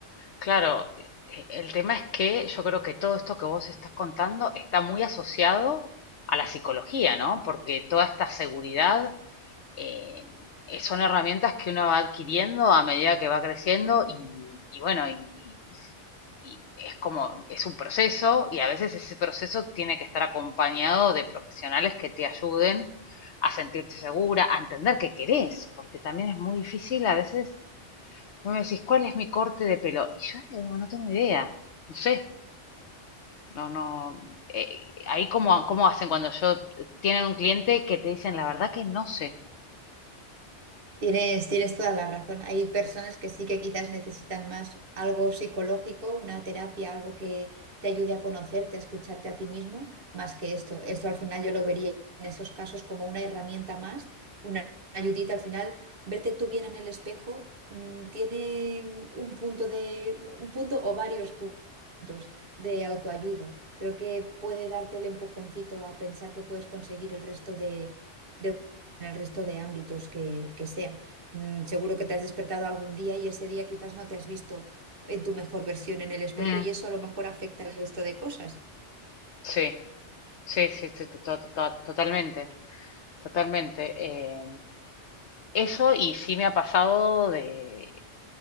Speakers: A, on the left; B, on the right.
A: claro, e- e- el tema es que yo creo que todo esto que vos estás contando está muy asociado a la psicología, ¿no? Porque toda esta seguridad eh, eh, son herramientas que uno va adquiriendo a medida que va creciendo y, y bueno, y, y- y es como, es un proceso y a veces ese proceso tiene que estar acompañado de profesionales que te ayuden a sentirte segura, a entender qué querés, porque también es muy difícil a veces, vos me decís, ¿cuál es mi corte de pelo? Y yo eh, no tengo idea, no sé. No, no, eh, ahí cómo cómo hacen cuando yo tienen un cliente que te dicen la verdad que no sé.
B: Tienes, tienes toda la razón. Hay personas que sí que quizás necesitan más algo psicológico, una terapia, algo que te ayude a conocerte, a escucharte a ti mismo, más que esto. Esto al final yo lo vería en esos casos como una herramienta más, una ayudita. Al final, verte tú bien en el espejo, mm, tiene un punto de, un punto o varios pu- puntos de autoayuda. Creo que puede darte el empujoncito a pensar que puedes conseguir el resto de en el resto de ámbitos que, que sea. Mm, Seguro que te has despertado algún día y ese día quizás no te has visto en tu mejor versión en el espejo
A: Mm.
B: y eso a lo mejor afecta el resto de cosas.
A: Sí, sí, sí, sí, to- to- to- totalmente, totalmente. Eh, eso y sí me ha pasado de,